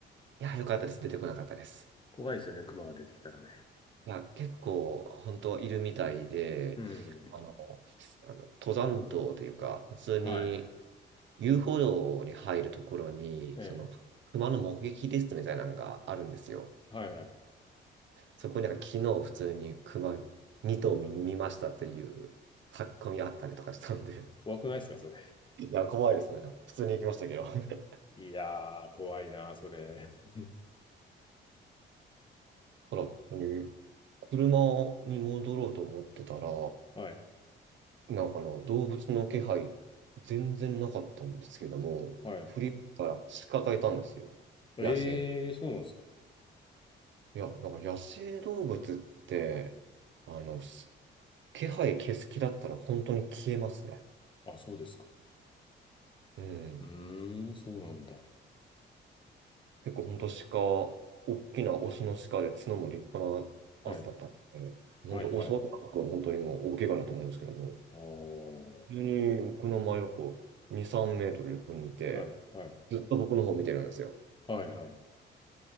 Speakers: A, on the right; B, on the left.
A: や、良かったです。出てこなかったです。
B: 怖いですよね、熊が出てきたらね。
A: いや、結構本当いるみたいで、
B: うん。
A: あの、あの登山道というか、普通に
B: はい。
A: 遊歩道に入るところに、
B: ええ、
A: その、熊の目撃リストみたいなのがあるんですよ。
B: はい、はい。
A: そこになんか昨日普通に熊2頭見見ましたっていう書き込みあったりとかしたんで
B: 怖くないですか、それ。
A: いや、怖いですね。普通に行きましたけど。<laughs>
B: いやー、怖いな、それ。<laughs>
A: ほら、本当に、車に戻ろうと思ってたら、
B: はい、
A: なんかあの動物の気配、全然なかったんですけども、
B: はい。
A: 振り向いたら鹿がいたんですよ。
B: ええ、
A: 野生。
B: そうなんですか。
A: いや、なんか野生動物って、あの、す気配消す気だったら本当に消えますね。
B: あ、そうですか。
A: うん。
B: うーん、そうなんだ。
A: 結構本当鹿、大きなオスの鹿で角も立派なやつだったんで、
B: はい。
A: 本当襲われたのは本当にもう大怪我だと思うんですけども。
B: はい、はい。おー。
A: 急に僕の真横2、3メートル横にいて、
B: はい、はい。
A: ずっと僕の方見てるんですよ。
B: はい、はい。